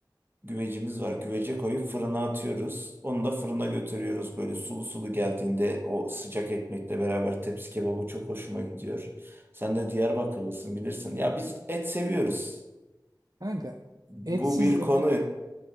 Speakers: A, on the right; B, on the right.
A: güvecimiz var. Güvece koyup fırına atıyoruz. Onu da fırına götürüyoruz. Böyle sulu sulu geldiğinde o sıcak ekmekle beraber tepsi kebabı çok hoşuma gidiyor. Sen de Diyarbakırlısın bilirsin. Ya biz et seviyoruz.
B: Kanka
A: Bu
B: etsiz
A: bir
B: yemek,
A: konu <laughs>